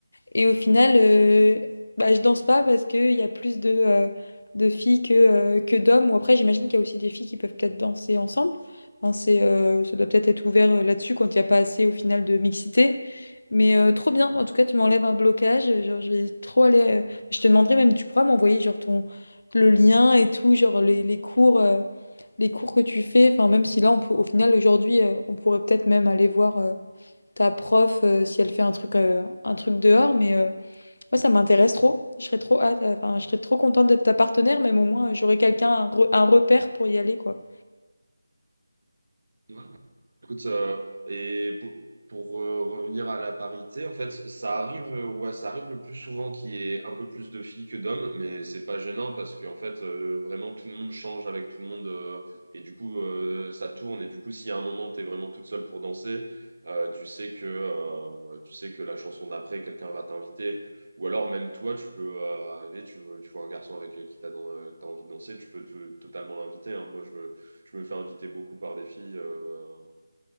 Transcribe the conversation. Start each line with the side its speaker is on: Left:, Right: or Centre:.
Left: et au final, euh, bah, je danse pas parce qu'il y a plus de, euh, de filles que, euh, que d'hommes. Ou après, j'imagine qu'il y a aussi des filles qui peuvent peut-être danser ensemble. Enfin, c'est, euh, ça doit peut-être être ouvert euh, là-dessus quand il n'y a pas assez au final de mixité. Mais euh, trop bien, en tout cas, tu m'enlèves un blocage. Genre, je vais trop aller. euh, Je te demanderai même, tu pourras m'envoyer genre ton le lien et tout, genre les, les cours, euh, les cours que tu fais. Enfin, même si là, on peut, au final, aujourd'hui, euh, on pourrait peut-être même aller voir. euh, ta prof euh, si elle fait un truc, euh, un truc dehors. Mais euh, moi, ça m'intéresse trop. Je serais trop hâte, euh, enfin, je serais trop contente d'être ta partenaire, même au moins, euh, j'aurais quelqu'un, un, re- un repère pour y aller, quoi.
Right: Ouais. Écoute, euh, et pour, pour, euh, revenir à la parité, en fait, ça arrive, euh, ouais, ça arrive le plus souvent qu'il y ait un peu plus de filles que d'hommes, mais c'est pas gênant parce qu'en fait, euh, vraiment, tout le monde change avec tout le monde euh, et du coup, euh, ça tourne. Et du coup, si à un moment, t'es vraiment toute seule pour danser, euh, tu sais que, euh, tu sais que la chanson d'après, quelqu'un va t'inviter. Ou alors, même toi, tu peux euh, arriver, tu, veux- tu vois un garçon avec euh, qui t'as dans- euh, t'as envie de danser, tu peux te- totalement l'inviter. hein. Moi, je me, je me fais inviter beaucoup par des filles. euh,